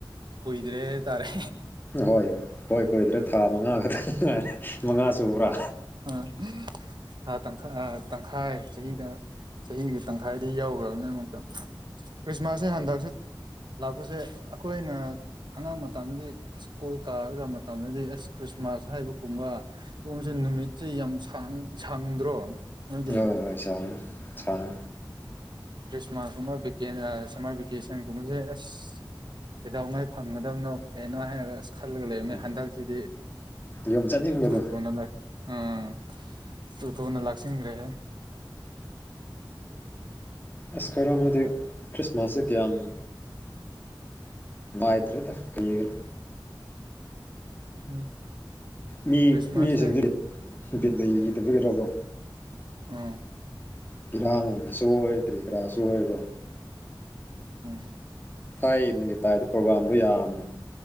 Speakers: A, on the right; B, on the left.
A: ꯀꯣꯏꯗ꯭ꯔꯦ ꯇꯥꯔꯦ
B: ꯍꯣꯏ ꯍꯣꯏ ꯀꯣꯏꯏꯗ꯭ꯔꯦ ꯊꯥ ꯃꯉꯥ ꯈꯛꯇ ꯉꯥꯏꯔꯦ ꯃꯉꯥ ꯁꯨꯕ꯭ꯔꯥ
A: ꯑ ꯍꯥ ꯇꯪꯈ ꯇꯪꯈꯥꯏ ꯆꯍꯤꯗ ꯆꯍꯤꯒꯤ ꯇꯪꯈꯥꯏꯗ ꯌꯥꯎꯈ꯭ꯔꯕꯅꯤꯅ ꯑꯃꯨꯛꯀ ꯈ꯭ꯔꯤꯁꯃꯥꯁꯁꯦ ꯍꯟꯗꯛꯁꯦ ꯂꯥꯛꯄꯁꯦ ꯑꯩꯈꯣꯏꯅ ꯑꯉꯥꯡ ꯃꯇꯝꯗꯗꯤ ꯁ꯭ꯀꯨꯜ ꯀꯥꯔꯒ ꯃꯇꯝꯗꯗꯤ ꯑꯦꯁ ꯈ꯭ꯔꯤꯁꯃꯥꯁ ꯍꯥꯏꯕꯒꯨꯝꯕ ꯁꯣꯝꯁꯦ ꯅꯨꯃꯤꯠꯇꯤ ꯌꯥꯝ ꯁꯪꯗ꯭ꯔꯣ ꯅꯣꯏꯗꯤ
B: ꯍꯣꯏ ꯍꯣꯏ ꯁꯥꯡ ꯁꯥꯡ
A: ꯈ꯭ꯔꯤꯁꯃꯥꯁꯀꯨꯝꯕ ꯁꯝꯃꯔ ꯚꯦꯀꯦꯁꯟꯒꯨꯝꯕꯁꯦ ꯑꯁ ꯀꯩꯗꯧꯉꯩ ꯐꯪꯒꯗꯕꯅꯣ ꯀꯩꯅꯣ ꯍꯥꯏꯔꯒ ꯑꯁ ꯈꯜꯂꯒ ꯂꯩꯕꯅꯤ
B: ꯎꯝ
A: ꯍꯟꯗꯛꯁꯤꯗꯤ
B: ꯌꯨꯝ ꯆꯠꯅꯤꯡꯕꯗꯣ
A: ꯆ ꯊꯅ ꯑꯝ ꯇ ꯊꯅ ꯂꯥꯛꯁꯤ ꯔꯦ
B: ꯑꯁ ꯀꯔꯣ ꯑꯃꯗꯤꯗꯤ ꯀ꯭ꯔꯤꯁꯃꯥꯁ ꯀ ꯌꯥꯝ ꯅꯨꯡꯥꯏꯇ꯭ꯔꯦꯗ ꯀꯒ꯭ꯔ
A: ꯎꯝ
B: ꯃꯤ
A: ꯈ꯭ꯔꯤꯁꯃꯥꯁꯁꯦ
B: ꯃꯤꯁꯤꯡꯁꯦ ꯅꯨꯗꯕꯤꯒꯤꯔꯣꯀꯣ
A: ꯎ
B: ꯄꯤꯔꯥꯡ ꯂꯣꯟꯕꯁꯨ ꯑꯣꯏ ꯄꯔꯤꯄꯔꯥꯁꯨ ꯑꯣꯏꯀꯣ
A: ꯎꯝ
B: ꯊꯥꯏ ꯅꯨꯒꯤ ꯇꯥꯏꯗ ꯄ꯭ꯔꯣꯒꯥꯝꯗꯣ ꯌꯥꯝꯅ